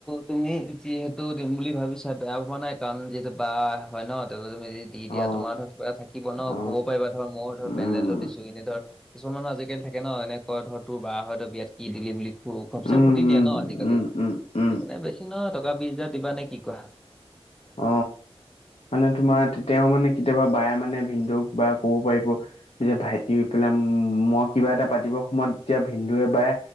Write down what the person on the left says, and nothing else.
অ
অ
উম
উম
উম
উম উম উম
অ'। মানে তোমাৰ তেতিয়াও মানে কেতিয়াবা বায়ে মানে ভিনদৌক বা ক'ব পাৰিব যেতিয়া ভাইটি হ পেলাই উম মই কিবা এটা পাতিবৰ সময়ত তিয়া ভিনদৌৱে বায়ে